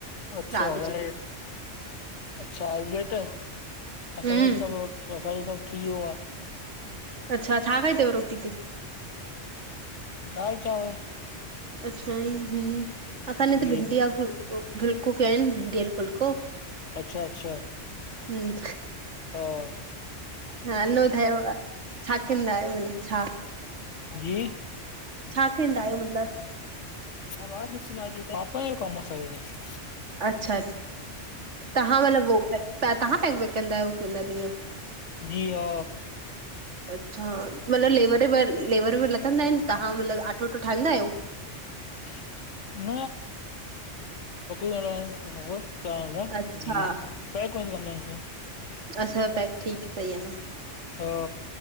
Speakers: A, on the left; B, on the right.
A: अच्छा
B: राति
A: हाड़े,
B: जी।
A: अच्छा इये त असांजी
B: हम्म
A: सब, असांजी सब थी वियो आ।
B: अच्छा, छा खाई तव रोटी ते?
A: दाल चांवर
B: अच्छा ई हम, असां इ
A: जी,
B: ते भिंडी ए फुलको फुलको कयूंनि भिंडी आलू फुलको।
A: अच्छा अच्छा
B: हम
A: ह <inaudible>
B: हा अन ॿुधायो छा कंदा आहियो भला, छा?
A: जी
B: छा कंदा आहियो मतिलबु?
A: आवाज़ नही सुनाई देता, पापा जो कमु आ असांजो त।
B: अच्छा तहां मतलबु तवहां पैक वैक कंदा आहियो मतलबु इअं।
A: जी हा
B: अच्छा मतिलबु लेबर वेबर, लेबर वेबर लॻंदा आहिन, तहां मतलबु आटो वटो ठाहींदा आहियो?
A: <unintelligible> छोकिरी वारा आहिन काल
B: अच्छा
A: जी पैक वैक कंदा आहियूं अंसां <unintelligible> <inaudible>
B: अच्छाैक ठीक सही आहे न <unintelligible>
A: हा